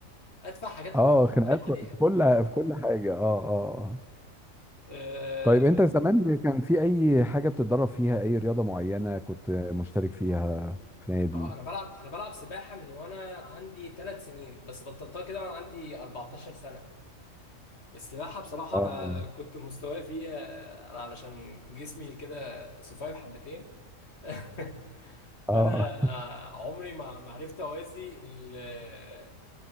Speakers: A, on the left; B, in the centre.
A: أتفه حاجات
B: اه
A: كنا
B: خناقات
A: بنتخانق عليها
B: في كل في كل حاجه اه اه آه.
A: آه
B: طيب انت زمان كان في اي حاجة بتتدرب فيها اي رياضة معينة كنت مشترك فيها في نادي
A: آه، أنا بلعب أنا بلعب سباحة من وأنا عندي ثلاث سنين بس بطلتها كده وأنا عندي 14 سنة السباحة بصراحة
B: اه
A: أنا كنت مستواي فيها أنا علشان جسمي كده سفايف حبتين <laughs>
B: اه
A: فأنا عمري ما ما عرفت أوازي ال-